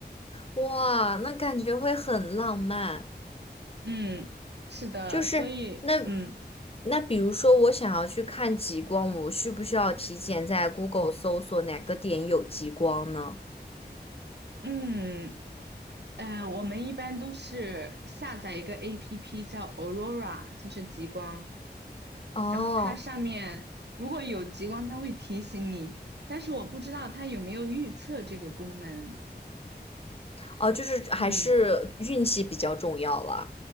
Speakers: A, on the left; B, on the right.
A: 哇，那感觉会很浪漫。
B: 嗯，是的，
A: 就是那
B: 所以嗯
A: 那，比如说我想要去看极光，我需不需要提前在 Google 搜索哪个点有极光呢？
B: 嗯呃，我们一般都是下载一个 APP 叫 Aurora，就是极光。
A: 哦
B: 然后它上面如果有极光，它会提醒你，但是我不知道它有没有预测这个功能。
A: 哦，就是还是运气比较重要啦。
B: 嗯